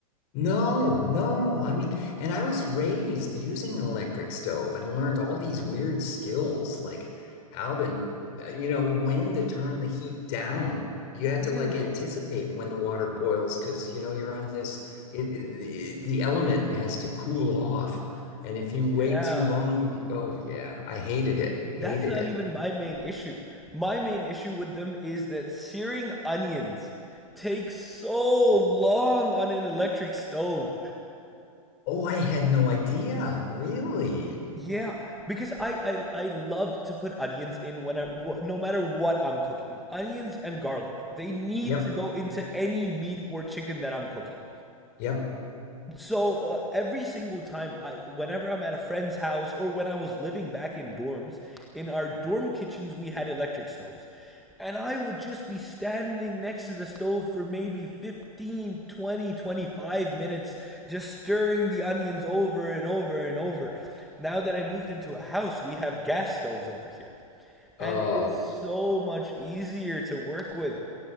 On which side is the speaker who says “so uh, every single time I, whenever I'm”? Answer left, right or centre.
Centre